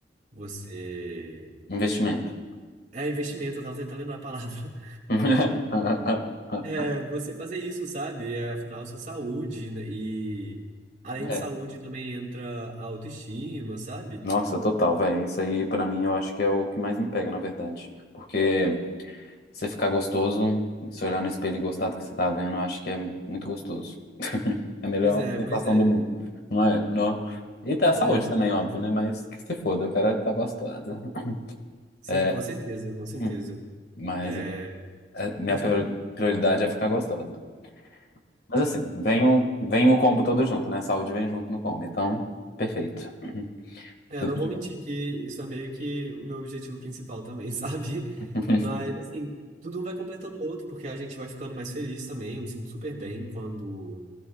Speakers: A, on the right; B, on the left.
A: Você.
B: investimento.
A: É investimento, eu tava tentando lembrar a palavra. <laughs>
B: <laughs>
A: É, você fazer isso, sabe? É, afinal, sua saúde. né? E além
B: É.
A: de saúde, também entra a autoestima, sabe?
B: Nossa, total, velho. Isso aí, pra mim, eu acho que é o que mais me pega, na verdade. Porque você ficar gostoso, se olhar no espelho e gostar do que você tá vendo, eu acho que é muito gostoso. <laughs> É a melhor
A: Pois é,
B: sensação
A: pois é.
B: do mundo. Não é? Não. E tá a
A: Pois
B: saúde
A: é, com
B: também,
A: certeza.
B: óbvio, né? Mas que se foda, eu quero é tá gostosa.
A: Sim,
B: É,
A: com certeza, com certeza.
B: hum, mas
A: É,
B: é- é- minha
A: pode
B: prior-
A: falar.
B: prioridade é ficar gostosa. Mas assim, vem o, vem o combo todo junto, né? Saúde vem junto no combo. Então, perfeito. <clears throat>
A: É,
B: Tudo
A: não vou
B: de
A: mentir
B: bom.
A: que isso é meio que o meu objetivo principal também, <laughs> sabe?
B: <laughs>
A: Mas, assim, tudo um vai completando o outro, porque a gente vai ficando mais feliz também. Eu me sinto super bem quando